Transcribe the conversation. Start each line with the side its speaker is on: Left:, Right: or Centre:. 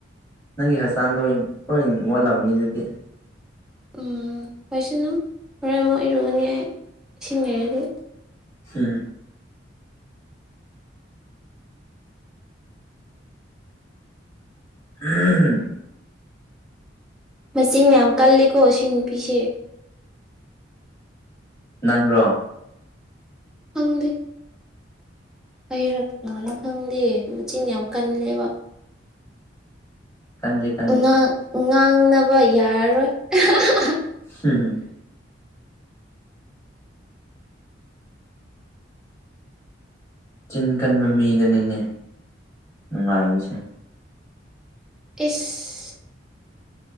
Left: ꯅꯪꯒꯤ ꯍꯛꯆꯥꯡꯗꯣ ꯂꯣꯏ ꯃꯣꯠꯂꯝꯃꯅꯤ ꯑꯗꯨꯗꯤ
Centre: ꯎꯝ <unintelligible> ꯁꯅꯨ ꯍꯣꯔꯦꯟ ꯑꯃꯨꯛ ꯏꯔꯨꯒꯅꯤ ꯑꯩ ꯏꯁꯤꯡ ꯂꯩꯔꯗꯤ
Left: ꯍꯨꯝ <unintelligible>
Centre: ꯃꯆꯤꯟ ꯌꯥꯝ ꯀꯜꯂꯤꯀꯣ ꯁꯤ ꯅꯨꯄꯤꯁꯤ
Left: ꯅꯪꯔꯣ
Centre: ꯐꯪꯗꯦ ꯑꯩꯔꯥ ꯀꯅꯥꯅꯣ ꯈꯪꯗꯦ ꯃꯆꯤꯟ ꯌꯥꯝ ꯀꯜꯂꯦꯕ
Left: ꯀꯟꯗꯦ ꯀꯟꯗꯦ
Centre: ꯉꯥꯡ ꯉꯥꯡꯅꯕ ꯌꯥꯔꯔꯣꯏ ꯑꯍ ꯍꯥ ꯍꯥ
Left: ꯍꯨꯝ ꯍꯨꯝ ꯆꯤꯟ ꯀꯟꯕ ꯃꯤꯗꯅꯤꯅꯦ ꯅꯨꯡꯉꯥꯏꯔꯤꯁꯦ
Centre: ꯏꯁ